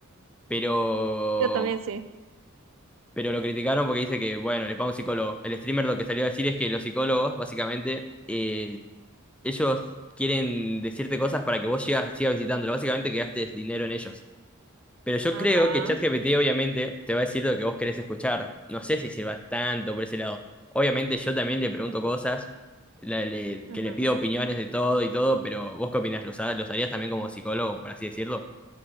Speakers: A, in the centre; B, on the right (about 65°).
A: Pero
B: Yo también sí.
A: pero lo criticaron porque dice que, bueno, le paga un psicólogo. El streamer lo que salió a decir es que los psicólogos, básicamente, eh, ellos quieren decirte cosas para que vos sigas, sigas visitándolo. Básicamente que gastes dinero en ellos. Pero yo
B: Ajá,
A: creo que ChatGPT obviamente te va a decir lo que vos querés escuchar. No sé si sirva tanto por ese lado. Obviamente yo también le pregunto cosas, la- le-
B: ajá.
A: que le pido opiniones de todo y todo, pero ¿vos qué opinás? ¿Los, ha- los harías también como psicólogo, por así decirlo?